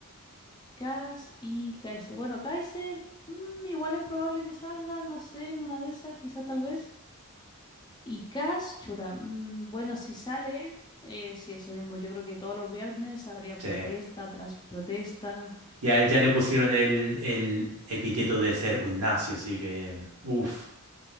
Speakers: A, on the left; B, on the right.
A: Cass y Kaiser. Bueno, Kaiser, mm, igual es probable que salga, no sé, en una de esas, quizá tal vez. Y Cass, chuta, mm, bueno, si sale, eh, sí, eso mismo. Yo creo que todos los viernes habría
B: Sí.
A: protesta tras protesta.
B: Y a él ya le pusieron el, el epíteto de ser un nazi, así que, uff,